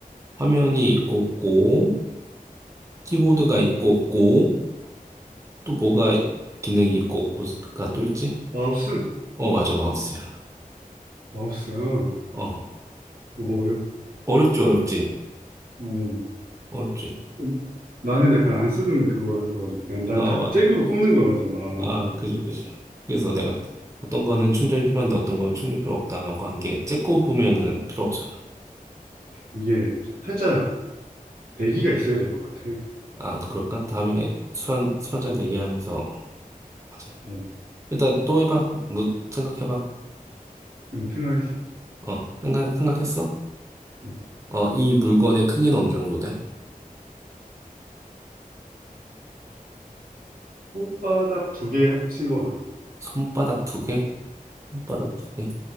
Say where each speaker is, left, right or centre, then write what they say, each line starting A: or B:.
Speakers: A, on the right; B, on the right.
A: 화면이 있고 없고, 키보드가 있고 없고, 또 뭐가 기능이 있고 없고가 또 있지?
B: 마우스?
A: 어, 맞아, 마우스야.
B: 마우스야. 어,
A: 어,
B: 어려워.
A: 어렵지, 어렵지,
B: 어.
A: 어렵지.
B: 음, 나는 약간 안 쓰는 그거여가지고. 난, 난
A: 아,
B: 다
A: 와.
B: 잭으로 꼽는 거여가지고. 아,
A: 아, 그지, 그지. 그래서 내가 어떤 거는 충전이 필요한데 어떤 건 충전 필요 없다라고 한 게, 째꼬 보면은 필요 없잖아.
B: 이게 살짝 내기가 있어야 될 것 같아.
A: 아, 그럴까? 다음에 술 한, 술 한잔 내기 하면서 하자.
B: 어.
A: 일단 또 해봐. 너 생각해봐.
B: 음, 생각했어.
A: 어, 생각, 생각했어?
B: 음.
A: 어, 이 물건의 크기는 어느 정도 돼?
B: 손바닥 두 개 합친 거 말이야.
A: 손바닥 두 개? 손바닥
B: 음,
A: 두 개?